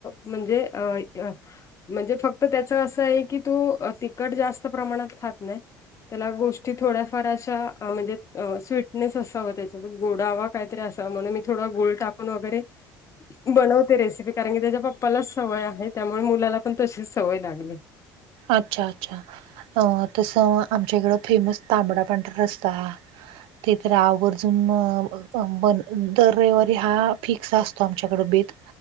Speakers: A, on the left; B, on the right.
A: म्हणजे अ म्हणजे फक्त त्याच असं आहे की,, तू तखट जास्त प्रमाणात खात नाही. त्याला गोष्टी थोड्याफार अशा म्हणजे स्वीटनेस असावा त्याचा गोडावा. काहीतरी अस म्हणून मी थोड गळ टाकून वगैरे बनवते रेसिपी कारण की त्याच्या पप्पालाच सवय आहे त्यामुळे मुलाला पण तशीच सवय लागली.
B: अच्छा अच्छा अ तसं आमच्या इकड फेमस तांबडा पांढरा रस्ता ते तर आवर्जून. बन दर रविवारी हा फिक्स असतो आमच्याकड बेत.